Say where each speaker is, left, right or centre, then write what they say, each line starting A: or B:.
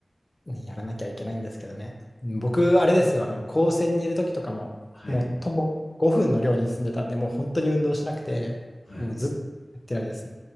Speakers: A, on the left (about 35°); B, on the left (about 80°).
A: ね、やらなきゃいけないんですけどね。僕、あれですよ、あの、高専にいる時とかも、
B: はい。
A: もう徒歩5分の寮に住んでたんで、もう本当に運動しなくて、
B: はい。
A: もうずっとやってないですね。